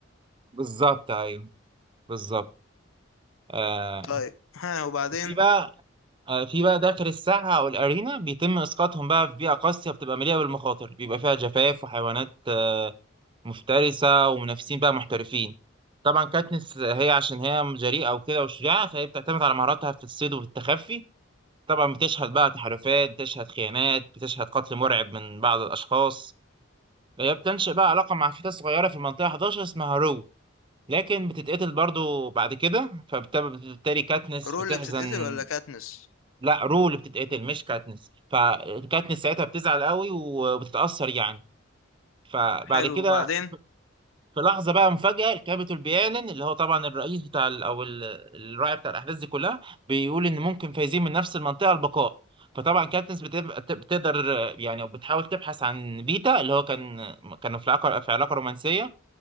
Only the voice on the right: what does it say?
بالظبط ايوه بالظبط آه
في بقى آه في بقى داخل الساحه او الارينا بيتم اسقاطهم بقى في بيئه قاسيه بتبقى مليئه بالمخاطر بيبقى فيها جفاف وحيوانات آه، مفترسة ومنافسين بقى محترفين طبعا كاتنس هي عشان هي جريئة وكده وشجاعة فهي بتعتمد على مهاراتها في الصيد وفي التخفي طبعا بتشهد بقى تحالفات بتشهد خيانات بتشهد قتل مرعب من بعض الأشخاص هي بتنشئ بقى علاقة مع فتاة صغيرة في المنطقة 11 اسمها رو لكن بتتقتل برضو بعد كده فبالتالي كاتنس
بتحزن
لا رو اللي بتتقتل مش كاتنس فكاتنس ساعتها بتزعل قوي وبتتأثر يعني فبعد
كده
في لحظة بقى مفاجأة الكابيتول بيعلن اللي هو طبعا الرئيس بتاع ال- أو ال- الراعي بتاع الأحداث دي كلها بيقول إن ممكن فايزين من نفس المنطقة البقاء فطبعا كاتنس بتبقى بت- بتقدر آه، يعني أو بتحاول تبحث عن بيتا اللي هو كان كانوا في علاقة في علاقة رومانسية